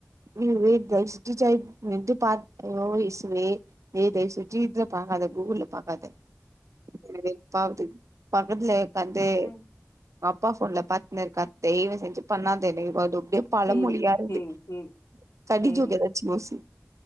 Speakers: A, on the right (about 80°); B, on the left (about 80°).
A: ம் வெயிட் தயவு செஞ்சி ஜெயந் வந் பாத் ஓ ஏசுவே ஏ தயவு செஞ்சி இத பாக்காத குகூல்ல பாக்காத வெறுப்பாவுது பக்கத்திலே வந்து
B: ம்
A: அப்பா ஃபோன்ல பாத்துனு இருக்கா தெய்வு செஞ்சு பண்ணாதா தெய்வா துப்பேப் பழமொழி
B: சேரி
A: யாரிது
B: சேரி சேரி
A: கடி
B: சேரி
A: ஜோக் ஏதாச்சு யோசி